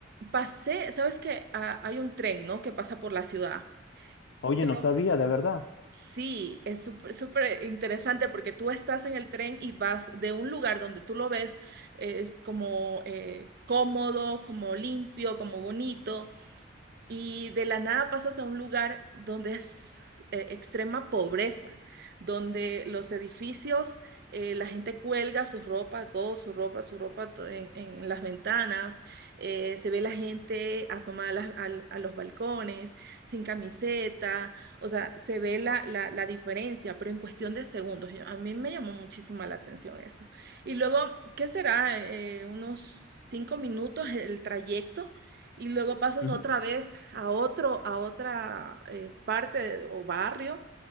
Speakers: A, on the right; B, on the left.
A: Pasé, sabes que hay un tren, ¿no? Que pasa por la ciudad,
B: Oye,
A: pero
B: no sabía, de verdad.
A: sí, es súper súper interesante porque tú estás en el tren y vas de un lugar donde tú lo ves, eh, es como eh, cómodo, como limpio, como bonito y de la nada pasas a un lugar donde es eh, extrema pobreza, donde los edificios, eh, la gente cuelga su ropa, todo su ropa, su ropa to- en, en las ventanas, eh, se ve la gente asomada a, las- al- a los balcones, sin camiseta, o sea, se ve la, la, la diferencia, pero en cuestión de segundos. Yo- a mí me llamó muchísima la atención eso. Y luego, ¿qué será? Eh, unos cinco minutos el trayecto y luego pasas
B: Ujú,
A: otra vez a otro, a otra eh, parte de- o barrio